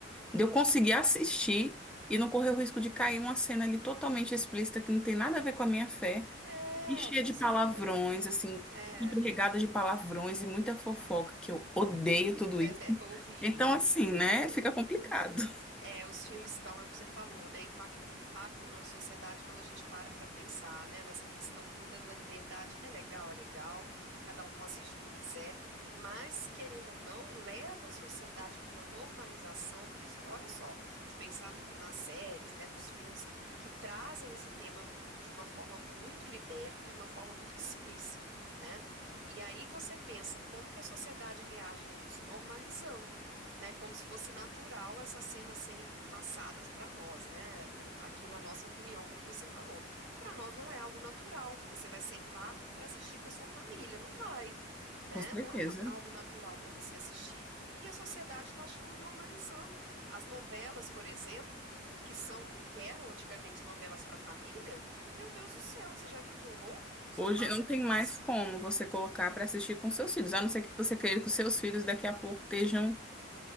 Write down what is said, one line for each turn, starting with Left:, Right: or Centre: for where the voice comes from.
Centre: de eu conseguir assistir. E não correr o risco de cair uma cena ali totalmente explícita que não tem nada a ver com a minha fé.
Right: É,
Centre: E cheia
Right: com
Centre: de
Right: certeza.
Centre: palavrões, assim,
Right: É.
Centre: empregada de palavrões e muita fofoca, que eu odeio tudo isso.
Right: É horrível,
Centre: Então,
Right: amigo.
Centre: assim, né? Fica complicado,
Right: É, os filmes estão, é o que você falou, né? impact- Impactam na sociedade quando a gente para para pensar, né? Nessa questão toda da liberdade. É legal, é legal, cada um assiste o que quiser, mas, querendo ou não, leva a sociedade para uma normalização. Por isso que, olha só, se a gente pensar n- nas séries, né, nos filmes que trazem esse tema de uma forma muito liberta e uma forma muito explícita. Né? E aí você pensa, como que a sociedade reage a isso? Normalizando né, como se fosse natural essas cenas serem passadas para nós, né? Aqui na nossa opinião, como você falou. Para nós não é algo natural que você vai sentar para assistir com a sua família, não vai.
Centre: <laughs>
Right: Né?
Centre: com certeza.
Right: Não é uma- algo natural para você assistir. E a sociedade está achando normalizando. As novelas, por exemplo, que são que, que eram antigamente novelas para família, meu Deus do céu, você já viu que horror? Só
Centre: Hoje
Right: passa
Centre: não
Right: ali
Centre: tem
Right: coisas
Centre: mais como você colocar para assistir com seus filhos, a não ser que você queira que os seus filhos daqui a pouco estejam